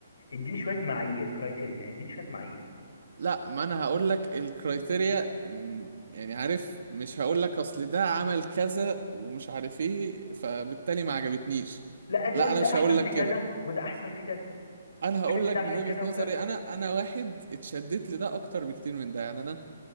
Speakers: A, on the left; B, on the right.
A: اديني شويه معايير كرايتيريا اديني شويه معايير
B: لا ما انا هقول لك الكرايتيريا مم، يعني عارف مش هقول لك اصل ده عمل كذا ومش عارف ايه فبالتالي ما عجبتنيش
A: لا انت
B: لا
A: قول
B: انا
A: ده
B: مش
A: احسن
B: هقول
A: في
B: لك
A: كذا
B: كده
A: وده احسن في كذا
B: انا هقول
A: بحب
B: لك
A: ده عشان
B: من وجهة
A: كده
B: نظري
A: وكذا
B: انا
A: بس
B: انا واحد اتشدت لده اكتر بكتير من ده يعني انا